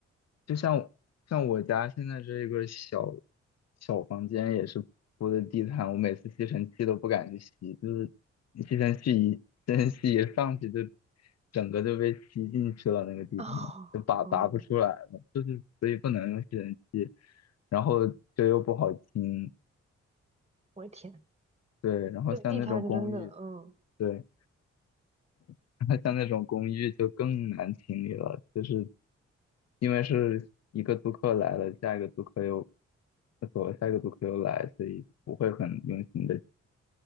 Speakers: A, on the left; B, on the right.
A: 就像像我家现在这个小小房间也是铺的地毯，我每次吸尘器都不敢去吸，就是吸尘器一吸尘器一上去就整个就被吸进去了，那个地毯就拔拔不出来了，
B: 哦，哦
A: 所以不能用吸尘器，然后就又不好清，
B: 我的天，
A: 对，然后像那种公寓，
B: 那个地摊真的，嗯
A: 对。<laughs> 像那种公寓就更难清理了，就是因为是一个租客来了，下一个租客又走了，下一个租客又来，所以不会很用心的。